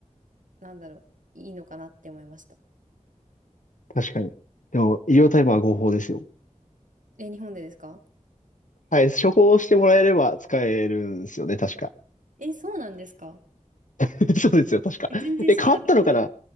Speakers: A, on the right; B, on the left.
A: なんだろう、いいのかなって思いました。
B: 確かに。でも、医療タイマーは合法ですよ。
A: え、日本でですか
B: はい。処方してもらえれば使えるんですよね、確か。
A: え、そうなんですか
B: <laughs> そうですよ、確か。
A: え、全然知らなかった。
B: え、変わったのかな